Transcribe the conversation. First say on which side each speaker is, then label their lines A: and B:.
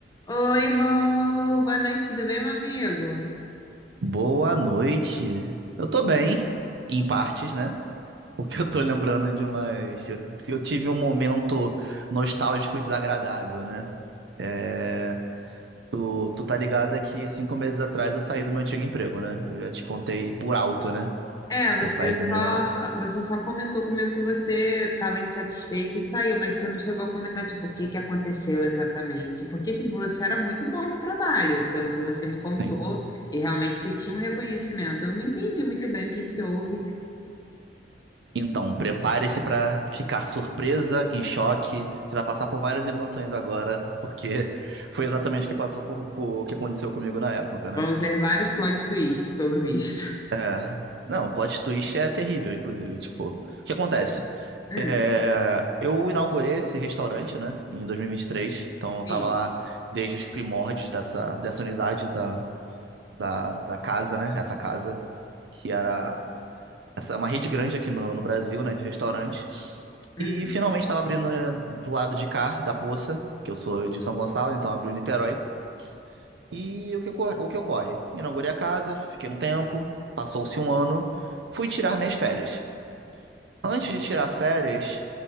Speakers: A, on the left (about 20°); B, on the right (about 75°).
A: Oi, Rômulo, boa noite, tudo bem, meu amigo?
B: Boa noite. Eu tô bem, em partes, né? Porque eu tô lembrando de umas. Eu, eu tive um momento nostálgico desagradável, né? É, Tu, tu tá ligado que cinco meses atrás eu saí do meu antigo emprego, né? Eu já te contei por alto, né?
A: É, você
B: Que eu saí do meu.
A: só, você só comentou comigo que você estava insatisfeito e saiu, mas você não chegou a comentar, tipo, o que que aconteceu exatamente. Porque, tipo, você era muito bom no trabalho, pelo que você me contou,
B: Sim.
A: e realmente você tinha um reconhecimento. Eu não entendi muito bem o que que houve.
B: Então, prepare-se pra ficar surpresa, em choque. Você vai passar por várias emoções agora, porque <laughs> foi exatamente o que passou por, por- o que aconteceu comigo na época, né?
A: Vão ser vários plot twists, pelo visto. <laughs>
B: É. Não, plot twist é terrível, inclusive. Tipo, o que acontece?
A: Hum,
B: É, eu inaugurei esse restaurante, né, em dois mil e e vinte e três. Então, eu tava
A: sim.
B: lá desde os primórdios dessa, dessa unidade da, da, da casa, né? Essa casa, que era essa, é uma rede grande aqui no, no Brasil, né, de restaurantes.
A: Uhum.
B: E finalmente estava abrindo né, pro lado de cá, da Poça, que eu sou de São Gonçalo, então abriu em Niterói. E o que, ocor- o que ocorre? Inaugurei a casa, fiquei um tempo, passou-se um ano, fui tirar minhas férias. Antes de tirar férias,